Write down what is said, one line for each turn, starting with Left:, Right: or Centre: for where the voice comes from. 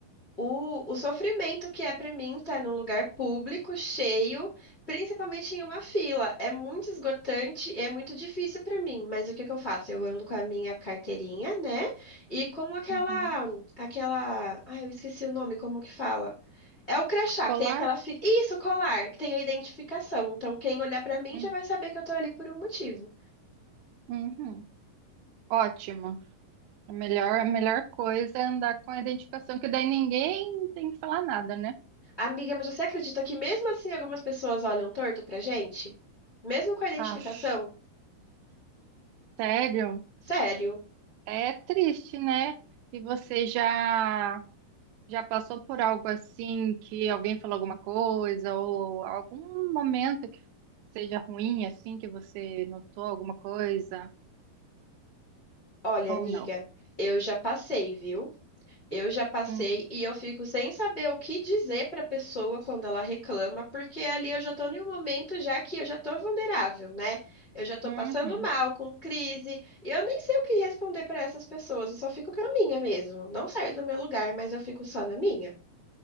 Left: o, o sofrimento que é pra mim estar num lugar público, cheio, principalmente em uma fila. É muito esgotante e é muito difícil pra mim. Mas o que que eu faço? Eu ando com a minha carteirinha, né? E com aquela,
Right: uhum.
Left: aquela, ai, eu esqueci o nome, como que fala? É o crachá,
Right: Colar?
Left: que tem aquela fita. Isso, colar, que tem a identificação. Então, quem olhar pra mim
Right: Hum,
Left: já vai saber que eu tô ali por um motivo.
Right: Uhum. Ótimo. A melhor, a melhor coisa é andar com a identificação, que daí ninguém tem que falar nada, né?
Left: Amiga, mas você acredita que mesmo assim algumas pessoas olham torto pra gente? Mesmo com a identificação?
Right: Aff, sério?
Left: Sério?
Right: É triste, né? E você já já passou por algo assim que alguém falou alguma coisa ou algum momento que seja ruim assim que você notou alguma coisa?
Left: Olha, amiga,
Right: Ou não.
Left: eu já passei, viu? Eu já passei
Right: Hum,
Left: e eu fico sem saber o que dizer pra pessoa quando ela reclama, porque ali eu já tô em um momento já que eu já tô vulnerável, né? Eu já tô
Right: uhum,
Left: passando mal, com crise, e eu nem sei o que responder pra essas pessoas, eu só fico com a minha mesmo. Não saio do meu lugar, mas eu fico só na minha.